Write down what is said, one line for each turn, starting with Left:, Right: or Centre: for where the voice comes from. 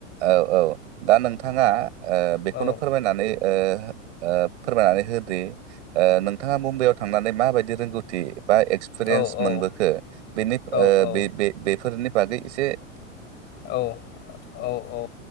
Right: औ औ दा नोंथाङा ओ बेखौनो
Left: औ
Right: फोरमायनानै ओ ओ फोरमायनानै होदो नोंथाङा मुम्बाइआव थांनानै माबायदि रोंगौथि बा एक्सपिरियेन्स
Left: औ औ
Right: मोनबोखो बेनि
Left: औ
Right: ओ बे
Left: औ
Right: बे बेफो बे एसे
Left: औ औ औ